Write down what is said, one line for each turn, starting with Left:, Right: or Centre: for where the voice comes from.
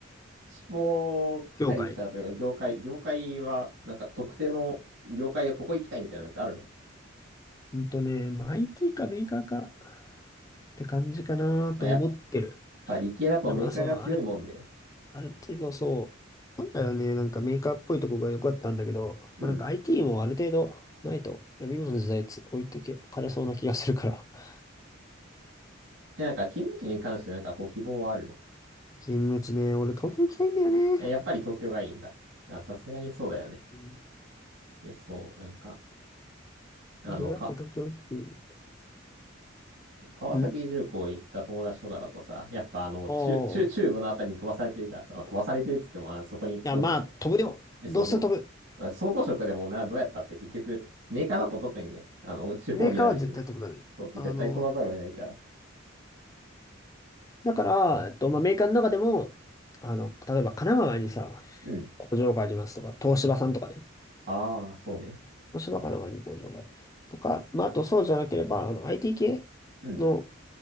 Right: 死亡会社というか、
Left: 業界。
Right: 業界、業界は、なんか特定の業界でここ行きたいみたいなのってあるの
Left: うんとね、まあ、IT かメーカーかって感じかなと思ってる。
Right: まあ、やっぱ理系だとメーカーが強いもんね。
Left: でもまあ、そう、あるある程度そう、本来はね、なんかメーカーっぽいとこが良かったんだけど、
Right: うん。
Left: まあ、なんか IT もある程度ないと、いやっぱ今の時代つ置いてけかれそうな気がするから。<laughs>
Right: え、なんか勤務地に関してなんかこう希望はあるの
Left: 勤務地ね、俺東京行きたいんだよね。
Right: えやっぱり東京がいいんだ。あ、さすがにそうだよね。
Left: うん。
Right: で、そう、なんか、あの、
Left: いろいろあって東京行き、
Right: か、川崎重工行った友達とかだとさ、
Left: うん
Right: やっぱあの、
Left: おおー。
Right: 中、中、中部のあたりに飛ばされてるからさ、
Left: い
Right: まあ飛ばされてるっつっても、あ、そこに工場、
Left: や、まあ、飛ぶよ。
Right: え、
Left: どうせ飛ぶ。
Right: そうそう。あ総合職でもな、どうやったって結局、メーカーだと特にね、あの、地方にあるし、
Left: メーカーは絶対飛ぶだね。
Right: そう、
Left: あの、
Right: 絶対飛ばざるを得ないから。
Left: だから、えっと、まあ、メーカーの中でも、あの、例えば神奈川にさ、
Right: うん。
Left: 工場がありますとか、東芝さんとかね。
Right: ああ、そうね。
Left: そばかのがに工場がある。とか、まあ、あとそうじゃなければ、あの IT 系
Right: うん。
Left: の、